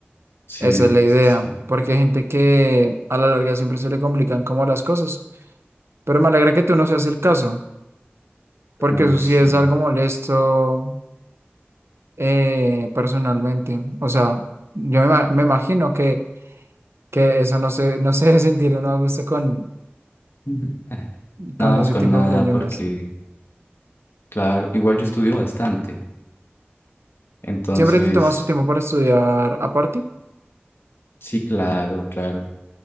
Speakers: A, on the left; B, on the right.
A: sí,
B: Esa es la idea,
A: sí, sí,
B: porque hay gente que a la larga siempre se le complican como las cosas. Pero me alegra que tú no seas el caso, porque
A: uy,
B: eso
A: sí.
B: sí es algo molesto eh, personalmente. O sea, yo me, ima- me imagino que que eso no se, no se debe sentir uno a gusto con,
A: Ujú. <laughs>
B: con
A: no
B: ese
A: es con
B: tipo
A: nada
B: de problemas.
A: porque, claro, igual yo estudio bastante, entonces,
B: ¿Siempre te tomas tu tiempo para estudiar aparte?
A: sí, claro, claro.